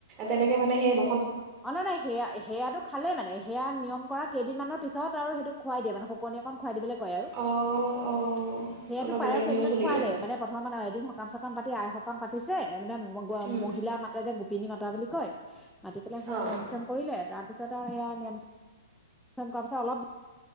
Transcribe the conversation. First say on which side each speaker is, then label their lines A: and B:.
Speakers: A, on the right; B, in the centre.
A: তেনেকে মানে সেই ব
B: অ', নাই-নাই সেয়া সেয়াটো খালে মানে সেয়া নিয়ম কৰাত কেইদিনমানৰ পিছত আৰু সেইটো খুৱাই দিয়ে মানে শকনিক খুৱাই দিলে আৰু
A: অঁ অঁ
B: সেয়টো
A: অলপ
B: পায়স
A: বেলেগ
B: সেইবিলাক
A: নিয়ম শুনিলোঁ
B: খোৱালে মানে প্ৰথম মানে এদিন সকাম চ সকাম পাতি আই সকাম পাতিছে এ মানে ম
A: উম,
B: মহিলা মাতে যে পিনি মাতা বুলি কয় ম পেলাই সেয়া
A: অঁ
B: নিয়ম-চিয়ম কৰিলে তাৰপিছত সেয়া নিৰামিষ <unintelligible> কৰা পিছত অলপ